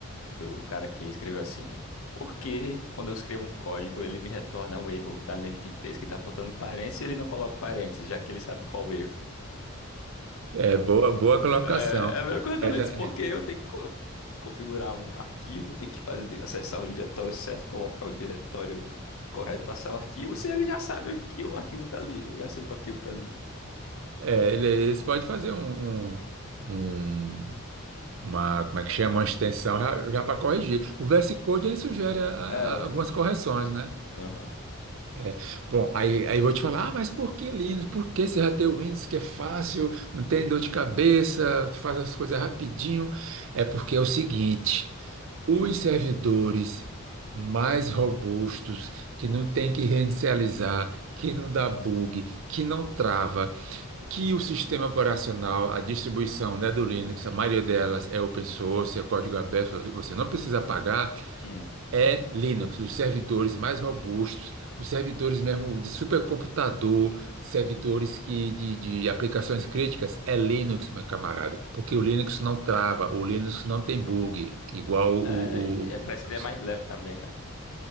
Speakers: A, on the left; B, on the right.
A: do cara que escreveu assim: Por que quando eu escrevo um código ele me retorna um erro da lembda de três que tá faltando parênteses e ele não coloca o parênteses, já que ele sabe qual o erro?
B: É boa, boa colocação.
A: É, é a mesma coisa do
B: É,
A: Linux,
B: já-
A: porque eu tenho que co- configurar um arquivo, tenho que fazer, acessar o diretório certo, colocar o diretório correto, passar o arquivo, se ele já sabe que o arquivo tá ali, eu já sei que o arquivo tá ali.
B: É, ele- eles podem fazer um, um- um- uma, como é que chama, uma extensão já, já para corrigir. O VS Code ele sugere a- a-
A: É, ele
B: algumas
A: tem-
B: correções, né?
A: aham.
B: É. Bom, aí, aí eu vou te falar, ah, mas por que Linux? Por que você já tem o Windows que é fácil, não tem dor de cabeça, tu faz as coisas rapidinho? É porque é o seguinte, os servidores mais robustos, que não tem que reinicializar, que não dá bug, que não trava, que o sistema operacional, a distribuição, né, do Linux, a maioria delas é open source, é código aberto, você não precisa pagar,
A: Uhum.
B: é Linux, os servidores mais robustos, os servidores mesmo de supercomputador, servidores que, de, de aplicações críticas, é Linux, meu camarada, porque o Linux não trava, o Linux não tem bug, igual o,
A: É, é,
B: o- o
A: parece
B: Windows.
A: que ele é mais leve também, né?